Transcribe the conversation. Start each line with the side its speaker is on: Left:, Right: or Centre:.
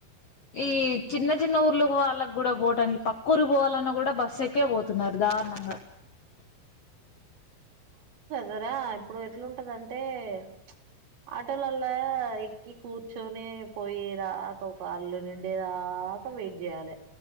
Left: ఈ చిన్న చిన్న ఊర్లు వాళ్ళకి కూడా పోటానికి, పక్క ఊరికి పోవాలన్నా కూడా బస్ ఎక్కే పోతున్నారు దారుణంగా
Right: జరా ఇప్పుడు ఎట్లుంటదంటే చ్ ఆటోలల్ల ఇ కూర్చొనే పోయే దాకా వాళ్ళు నిండే దాకా వెయిట్ చేయాలి.